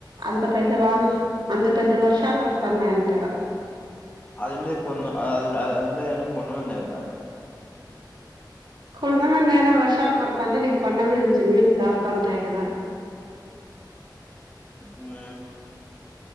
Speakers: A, on the right (about 75°); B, on the left (about 20°).
A: అంత పెద్ద వాన్లు అంత పెద్ద వర్షాలు పడుతన్నాయంటా ఆడ
B: అది ఉండేది కొన్ ఆ అది ఆ అది ఉండేది అయినా కొండల మీందే కదా
A: కొండమీందా అయినా వర్షాలు పడతానేది కొండమీద నుంచి నీళ్ళు జారుతాంటాయి కదా
B: మ్మ్